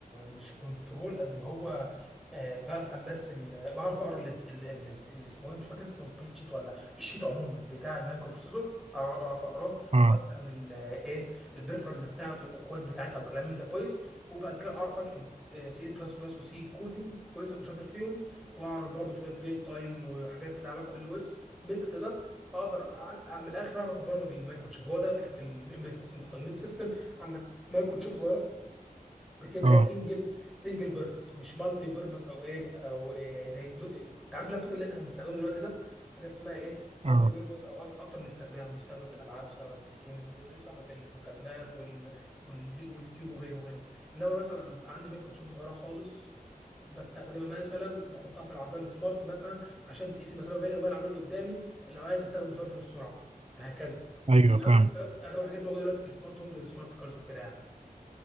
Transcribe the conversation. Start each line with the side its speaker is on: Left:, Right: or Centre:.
Centre: مش كنترول قد ما هو آه، بفهم بس ال- بعرف اقرا ال- ال- ال- اللي اسمه ايه مش فاكر اسمه سبريد شيت ولا الشيت عموما بتاع المايكرو بروسيسور أعر- اعرف اقراه
Right: اه
Centre: وافهم ال- ايه البريفرنس بتاعته الاكواد بتاعتها وكلام من ده كويس وبعد كده اعرف اكتب سي بلس بلس وسي كودينج كويس ابقى شاطر فيهم واعرف برضه شويه ريل تايم وحاجات لها علاقه بالاو اس ميكس ده اقدر أع- أع- من الاخر اعرف ابرمج المايكرو تشيب هو ده فكره الامبيد سيستم امبيد سيستم عندك مايكرو تشيب صغيره بتبقى
Right: اه
Centre: سنجل سنجل بيربس مش مالتي بيربس او ايه او إيه زي الكمبيوتر انت عارف اللابتوب اللي احنا بنستخدمه دلوقتي ده حاجه اسمها ايه مالتي
Right: اه
Centre: بيربس او أك- اكتر من استخدام بيستخدم في الالعاب بيستخدم في الجيمنج بيستخدم في المكالمات وال... وال... واليوتيوب وغيره وغيره انما مثلا أنا بيبقى عندي ميكروشوب صغيره خالص بستخدمها مثلا بحطها في العربيه السمارت مثلا عشان تقيس المسافه بيني وبين العربيه اللي قدامي لو عايز استخدم مثبت السرعه فهكذا
Right: ايوه
Centre: هي
Right: فاهم
Centre: اغلب أغلب الحاجات دي موجوده دلوقتي في السمارت هومز والسمارت كارز وكده يعني